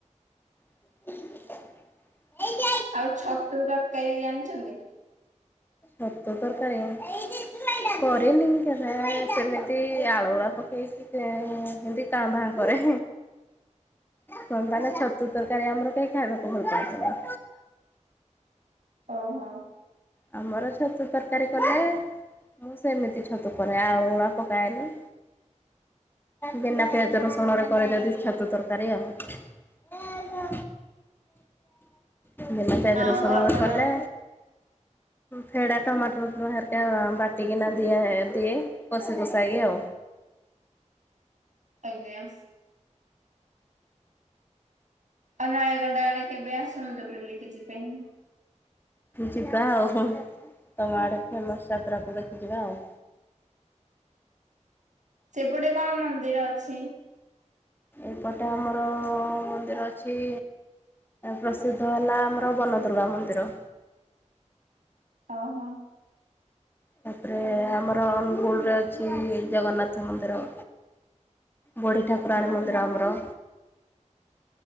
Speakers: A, on the left (about 15°); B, on the right (about 75°).
A: କଇ <inaudible>
B: ଆଉ ଛତୁ ତରକାରୀ ଜାଣିଛନ୍ତି?
A: ଛତୁ ତରକାରୀ କଣ? କରିନି କେବେ, ସେମିତି ଆଳୁଉଳା ପକେଇକି ସେମତି କାଁ, ଭାଁ କରେ। କଣ ପାଇଁ ନା ଛତୁ ତରକାରୀ ଆମର କେହି ଖାଇବାକୁ ଭଲ ପାଅନ୍ତିନି।
B: ଓହୋ।
A: ଆମର ଛତୁ ତରକାରୀ କଲେ ମୁଁ ସେମିତି ଛତୁ କରେ, ଆଳୁଗୁଳା ପକାଏନି। ବିନା ପିଆଜ ରସୁଣ ରେ କରେ ଯଦି ଛତୁ ତରକାରୀ ଆଉ ବନା ପିଆଜ
B: ଆଉ
A: ରସୁନରେ
B: ଆପଣ
A: କଲେ। ଫେଡ଼ା ଟମାଟର ବାରିକା ବାଟିକିନା ଦିଆ, ଦିଏ କଷି କଷାକି ଆଉ।
B: ଆଜ୍ଞା। ଆଉ, ନୟାଗଡ ଆଡେ କେବେ ଆସୁନ୍ତୁ ବୁଲିକି ଯିବେ?
A: ଯିବା ଆଉ, ତମ ଆଡେ ଫେମସ ଯାତ୍ରାକୁ ଦେଖି ଯିବା ଆଉ
B: ସେପଟେ କଣ ମନ୍ଦିର ଅଛି?
A: ଏପଟେ ଆମର ମନ୍ଦିର ଅଛି ପ୍ରସିଦ୍ଧ ହେଲା ଆମର ବନଦୁର୍ଗା ମନ୍ଦିର।
B: ଓ, ହଁ।
A: ତାପରେ ଆମର ଅନୁଗୁଳରେ ଅଛି ଜଗନ୍ନାଥ ମନ୍ଦିର। ବୁଢୀ ଠାକୁରାଣୀ
B: ହଁ
A: ମନ୍ଦିର ଆମର